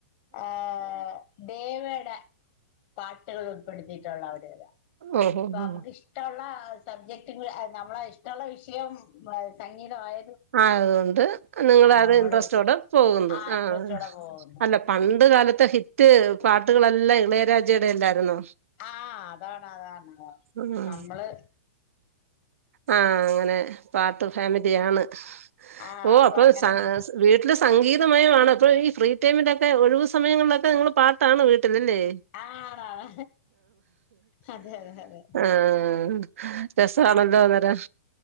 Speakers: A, on the left; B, on the right.
A: ആഹ് ദേവെടെ പാട്ട്കള് ഉൾപ്പെടുത്തിട്ടുള്ള ഒര് താ
B: ഓഹോ
A: അപ്പ
B: ഹോ
A: നമുക്കിഷ്ടോള്ള സബ്ജക് ട്ട് നമ്മളെ ഇഷ്ടെള്ള വിഷയം സംഗീതമായ
B: ആയതുകൊണ്ട് നിങ്ങള് അത്
A: നമ്മള്
B: ഇൻട്രസ്റ്റ്ടെ പോകുന്നു
A: ആ
B: ആഹ്
A: ഇൻട്രസ്റ്റോടെ പോകുന്നു
B: അല്ല പണ്ട് ണ്ട് കാലത്ത് ഹിറ്റ് പാട്ടുകളെല്ലാം ഇളയ രാജയുടെല്ലായിരുന്നോ?
A: ആഹ് അതാണ് അതാണ്
B: ആഹ്
A: നമ്മള്
B: ആഹ് അങ്ങനെ പാട്ട് ഫാമിലിയാണ്.
A: ആ
B: ഓ അപ്പൊ
A: അങ്ങനെ
B: സ
A: നി
B: സ് വീട്ട്ല് സംഗീതമാണ് ഒണക്ക് ഈ ഫ്രീ ടൈമിലൊക്കെ ഒഴിവ് സമയങ്ങളിലൊക്കെ നിങ്ങള് പാട്ടാണ് വീ ട്ട്ല് ല്ലേ
A: ആണാണ് അതെ അതെ അതെ അതെ
B: ആഹ് രസാണല്ലോ അന്നേരം